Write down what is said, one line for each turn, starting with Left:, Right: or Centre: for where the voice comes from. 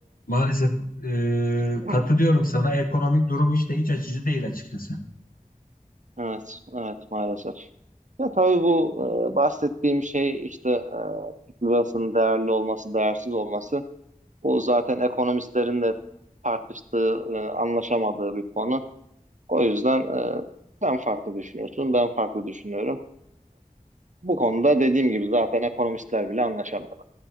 Left: Maalesef e,
Right: <clears throat>
Left: katılıyorum sana. Ekonomik durum hiç de hiç açıcı değil açıkçası.
Right: evet, evet maalesef. Ya tabii bu e, bahsettiğim şey işte e, Türk lirasının değerli olması, değersiz olması. Bu zaten ekonomistlerin de tartıştığı, e, anlaşamadığı bir konu. O yüzden e, sen farklı düşünüyorsun, ben farklı düşünüyorum. Bu konuda dediğim gibi zaten ekonomistler bile anlaşamıyor.